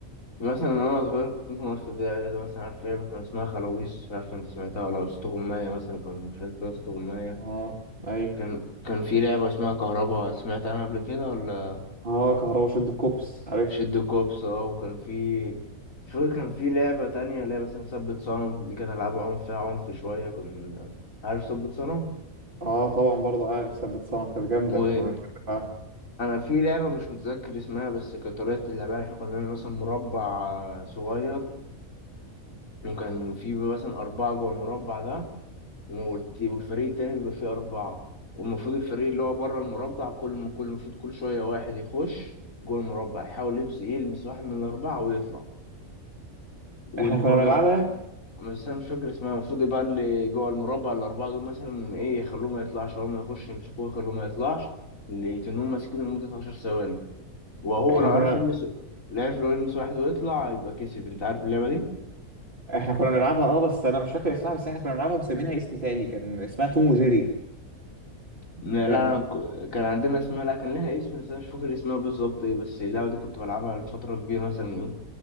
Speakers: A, on the left; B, on the right.
A: مثلا انا صغير كنت ممكن اوصل في ابتدائي ده مثلا عارف ايه كان اسمها خلاويص مش عارف انت سمعتها ولا اسطوغماية مثلا كان في اسطوغماية
B: اه ايوه
A: كان كان في لعبة اسمها كهربا سمعت عنها قبل كده ولا
B: اه كهربا شد الكوبس عارف
A: شد كوبس اه وكان في مش فاكر كان في لعبة تانية اللي هي مثلا ثبت صنم دي كانت ألعاب عنف فيها عنف شوية كنا عارف ثبت صنم
B: اه طبعا برضو عارف ثبت صنع كانت جامده
A: وأنا
B: كنا بنحب نلعبها
A: في لعبة مش متذكر اسمها بس كانت طريقة اللعبة يعني احنا كنا بنعمل مثلا مربع صغير وكان في مثلا أربعة جوه المربع ده والت- والفريق التاني بيبقى فيه أربعة والمفروض الفريق اللي هو بره المربع كل ما كل المفروض كل شوية واحد يخش جوه المربع يحاول يلمس يلمس واحد من الأربعة ويطلع واللي
B: احنا كنا
A: جوه
B: بنلعبها
A: المربع بس انا مش فاكر اسمها المفروض يبقى اللي جوه المربع الاربعه دول مثلا ايه يخلوه ما يطلعش اول ما يخش يمسكوه يخلوه ما يطلعش اللي يتنوهم ماسكينه لمده 10 ثواني وهو
B: احنا
A: لو
B: كنا
A: عرف يلمس لو عرف لو يلمس واحد ويطلع يبقى كسب انت عارف اللعبه دي
B: احنا كنا بنلعبها اه بس انا مش فاكر اسمها بس احنا كنا بنلعبها مسمينها اسم تاني كان اسمها توم وجيري
A: لا
B: كان
A: لا أنا ك- كان عندنا اسمها لا كان لها اسم بس انا مش فاكر اسمها بالظبط ايه بس اللعبه دي كنت بلعبها لفتره كبيره مثلا ايه